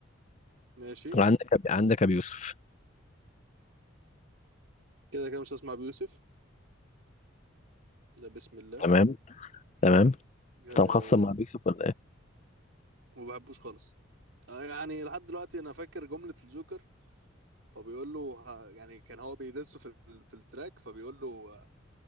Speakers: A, on the right; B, on the left.
A: ماشي
B: وعندك عندك أبي يوسف
A: كده كده مش هسمع بيوسف ده بسم الله
B: تمام تمام
A: أه
B: انت مخصم مع أبي يوسف ولا ايه؟
A: ما بحبوش خالص أه يعني لحد دلوقتي انا فاكر جملة الجوكر فبيقول له ه- يعني كان هو بيدسه في ال- في التراك فبيقول له آه،